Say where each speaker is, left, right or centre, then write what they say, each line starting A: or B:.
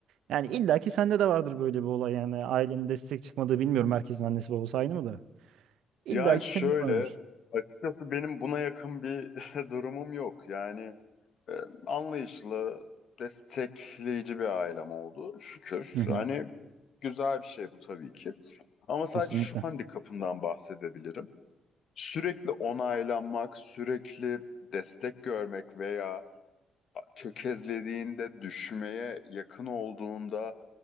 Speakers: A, on the right (about 80°); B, on the left (about 60°).
A: Yani illa ki sende de vardır böyle bir olay yani. Ailenin destek çıkmadığı bilmiyorum. Herkesin annesi babası aynı mı da? İlla
B: Yani
A: ki
B: şöyle,
A: senin de vardır.
B: açıkçası benim buna yakın bir <laughs> durumum yok. Yani e, anlayışlı, destekleyici bir ailem oldu şükür.
A: Hı hı.
B: Hani güzel bir şey bu tabii ki. Ama sadece
A: Kesinlikle.
B: şu handikapından bahsedebilirim. Sürekli onaylanmak, sürekli destek görmek veya çökezlediğinde, düşmeye yakın olduğunda